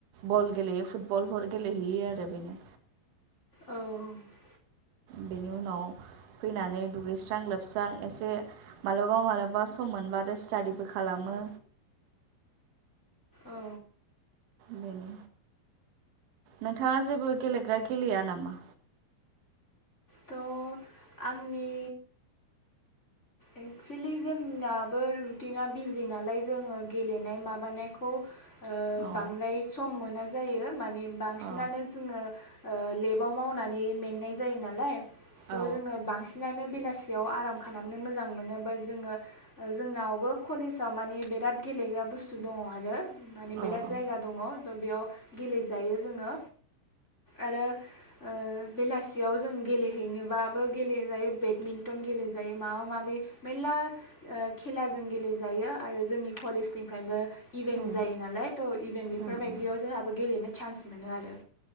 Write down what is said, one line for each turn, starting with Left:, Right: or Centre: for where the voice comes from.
Right: बल गेलेयो फुटबलफोर गेलेहैयो आरो बेनो
Left: औ
Right: बेनि उनाव फैनानै दुगैस्रां लोबस्रां एसे मालाबा मालाबा सम मोनबाथाय स्टाडिबो खालामो
Left: औ।
Right: बेनो नोंथाङा जेबो गेलेग्रा गेलेया नामा?
Left: थ' आंनि एक्सुलि जोंनाबो रुटिना बिजि नालाय जोङो गेलेनाय माबानायखौ ओ
Right: औ
Left: बांद्राय सम मोना जायो माने बांसिनानो
Right: औ
Left: जोङो ओ लेबाव मावनानै मेंनाय जायो नालाय त' जोङो
Right: औ
Left: बांसिनानो बेला सियाव आराम खालामनो मोजां मोनो बाट जोङो जोंनावबो कलेजाव मान बेराद गेलेग्रा बुस्थु दङ' आरो मान बेराद
Right: औ
Left: जायगा
Right: औ
Left: दङ' बेयाव गेलेजायो जोङो आरो ओ बेलासियाव जों गेले हैनोबाबो गेलेजायो बेडमिन्टन गेलेजायो माबा माबि मेरला ओ खेलाजों गेलेजायो आरो जोंनि कलेजनिफ्रायबो इभेन्ट
Right: उम
Left: जायो नालाय त' इभेन्ट बेफोरबायदियाव
Right: उम उम
Left: जोंहाबो गेलेनाय चान्स मोनो आरो